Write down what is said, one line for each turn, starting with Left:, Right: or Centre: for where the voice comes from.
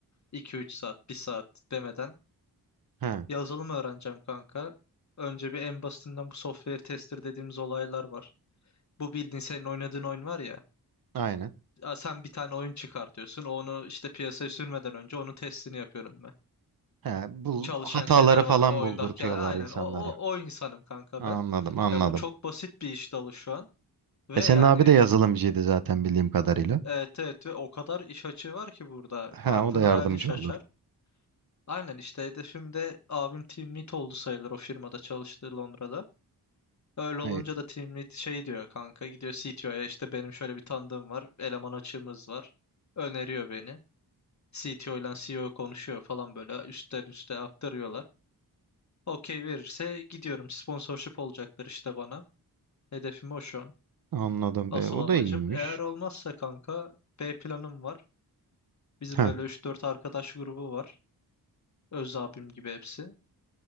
Left: iki üç saat, bir saat demeden
Right: He,
Left: yazılım öğreneceğim kanka. Önce bir en basitinden bu software tester dediğimiz olaylar var. Bu bildiğin senin oynadığın oyun var ya.
Right: aynen.
Left: Sen bir tane oyun çıkartıyorsun. Onu işte piyasaya sürmeden önce onun testini yapıyorum
Right: He, bu
Left: çalışan
Right: hataları
Left: şeyler var
Right: falan
Left: mı? O Oyundaki
Right: buldurtuyorlar
Left: aynen
Right: insanlara.
Left: o, o, o insanım kanka
Right: Anladım,
Left: ben.
Right: anladım.
Left: Ya bu çok basit bir iş dalı şu an. Ve
Right: E
Left: yani
Right: senin abi de yazılımcıydı zaten bildiğim kadarıyla.
Left: evet evet ve o kadar iş açığı var ki burada.
Right: He,
Left: Aklın
Right: o da yardımcı
Left: hayalin şaşar.
Right: olur.
Left: Aynen işte hedefim de abim team lead oldu sayılır o firmada çalıştığı Londra'da. Öyle olunca
Right: E,
Left: da team lead şey diyor kanka gidiyor CTO'ya işte benim şöyle bir tanıdığım var eleman açığımız var. Öneriyor beni. CTO ile CEO konuşuyor falan böyle üstten üste aktarıyorlar. Okey verirse gidiyorum. Sponsorship olacaklar işte bana. Hedefim o şu an.
Right: anladım
Left: Asıl
Right: be. O
Left: amacım.
Right: da iyiymiş.
Left: Eğer olmazsa kanka B planım var. Bizim
Right: He,
Left: böyle üç dört arkadaş grubu var. Öz abim gibi hepsi.